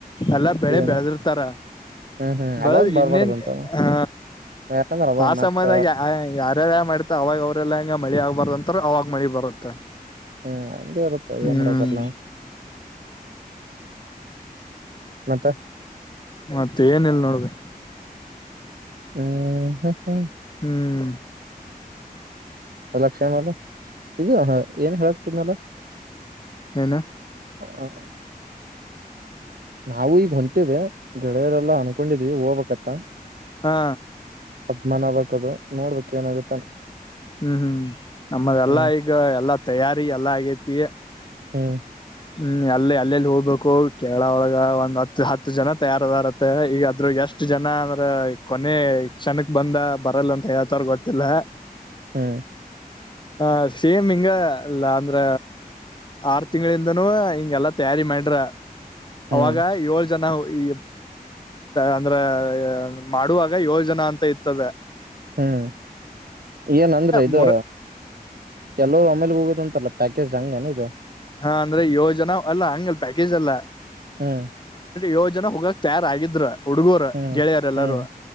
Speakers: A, on the left; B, on the right.
A: ಎಲ್ಲ ಬೆಳೆ
B: ಏನು
A: ಬೆಳೆದಿರ್ತಾರ
B: ಹ್ಮ್ ಹ್ಮ್
A: ಬೆಳೆದ್
B: ಅವಾಗ ಬರ್ಬಾರ್ದಂತ
A: ಇನ್ನೇನ್ ಆ
B: ಯಾಕಂದ್ರ ಅವಾಗ
A: ಆ
B: ಮತ್ತ
A: ಸಮಯದಾಗ ಯಾರೆಲ್ಲ ಮಾಡಿತ ಅವಾಗ ಅವ್ರಲ್ಲಾ ಹಂಗ ಮಳಿ ಆಗ್ಬಾರ್ದಂತ ಅವಾಗ್ ಮಾಡಿ ಬರುತ್ತೆ
B: ಹ್ಮ್ ಹಂಗಗೆ ಇರುತ್ತೋ ಅಯ್ಯಮ್ಮಡ
A: ಹ್ಮ್
B: ಬರ್ಲ್ಲ ಮತ್ತೆ
A: ಮತ್ತೆ ಏನೆಲ್ಲ ನೋಡ್ಬೇಕ
B: ಹ್ಮ ಹ ಹಾ
A: ಹ್ಮ್
B: ಅಲ್ಲಕ್ಷಮಾಲ ಇದು ಏನ್ ಹೇಳಕ್ತಿದ್ನಲ್ಲ
A: ಏನಾ
B: ಹ ಹ ನಾವು ಈಗ ಹೊಂಟವ ಗೆಳೆಯರೆಲ್ಲಾ ಅನ್ಕೊಂಡಿದ್ವಿ ಹೋಗ್ಬೇಕತ್ತ
A: ಹಾ
B: ಅದ್ಮಾನ ಆಬೇಕದು ನೋಡ್ಬೇಕು ಏನಾಗುತ್ತತ್ತಾನ
A: ಹ್ಮ್ ಹ್ಮ್ ನಮ್ಮದ ಎಲ್ಲಾ
B: ಹ್ಮ್
A: ಈಗ ಎಲ್ಲಾ ತಯಾರಿ ಎಲ್ಲಾ ಈ ತ <unintelligible>
B: ಹ್ಮ್
A: ಹ್ಮ್ ಅಲ್ಲಿ ಅಲ್ಲೆಲ್ಲಿ ಹೋಗ್ಬೇಕು ಕೇಳ ಒಳಗ ಒಂದ್ ಹತ್ತು ಹತ್ತು ಜನ ತಯಾರದಾರತ್ತ ಈಗ ಅದ್ರ ಎಷ್ಟ್ ಜನ ಅಂದ್ರ ಕೊನೆ ಕ್ಷಣಕ್ ಬಂದ ಬರಲ್ಲ ಅಂತ ಹಳ್ತಾರ ಗೊತ್ತಿಲ್ಲ ಹ
B: ಹ್ಮ್
A: ಹ ಸೇಮ್ ಹಿಂಗಲ್ಲ ಅಂದ್ರ ಆರು ತಿಂಗಳಿಂದ ನು ಹಿಂಗೆ ಎಲ್ಲಾ ತಯಾರಿ ಮಾಡ್ರ
B: ಹ್ಮ್
A: ಅವಾಗ ಯೋ ಜನ ಈ ಅಂದ್ರ ಮಾಡುವಾಗ ಯೋಜನಾ ಅಂತ ಇರ್ತದೆ
B: ಹ್ಮ್ ಏನಂದ್ರ ಇದು
A: ಮೂರ
B: ಎಲ್ಲರು ಆಮೇಲೆ ಹೋಗದಂತಲ್ಲ ಪ್ಯಾಕೇಜ್ ಹಂಗ ಏನ ಇದು
A: ಹಾ ಅಂದ್ರೆ ಯೋಜನಾ ಅಲ್ಲ ಹಂಗಲ್ ಪ್ಯಾಕೇಜ್ ಅಲ್ಲ
B: ಹ್ಮ್
A: ಯೋಜನೆ ಹೋಗಕ್ ತಯಾರಗಿದ್ರರು ಹುಡುಗೂರು
B: ಹ್ಮ್
A: ಗೆಳೆಯರೆ ಎಲ್ಲಾರೂ
B: ಹ್ಮ್